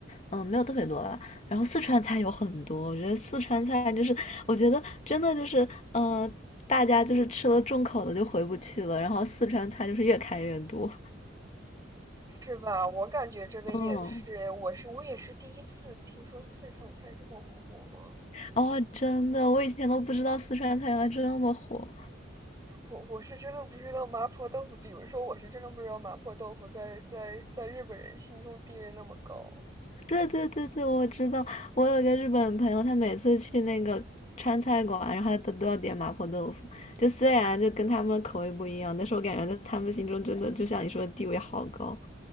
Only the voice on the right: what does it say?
是吧？我感觉这边也是，
我是我也是第一次听说四川菜这么火。
我我是真的不知道麻婆豆腐，比如说我是真的不知道麻婆豆腐在在在日本人心中地位那么高。